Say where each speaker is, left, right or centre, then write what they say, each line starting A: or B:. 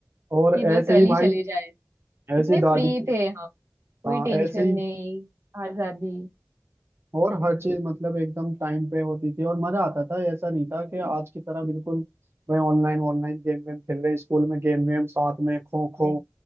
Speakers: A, on the right; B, on the right.
A: और
B: कि बस
A: ऐसे
B: कल
A: ही भाई
B: ही चले जाए कितने
A: ऐसी दादी
B: फ्री थे हम कोई
A: हाँ
B: टेंशन
A: ऐसे ही
B: नहीं आजादी
A: और हर चीज मतलब एकदम टाइम पे होती थी और मजा आता था ऐसा नहीं था कि आज की तरह बिल्कुल भाई ऑनलाइन ऑनलाइन गेम वेम खेल रहे हैं। स्कूल में गेम वेम साथ में खो खो
B: है।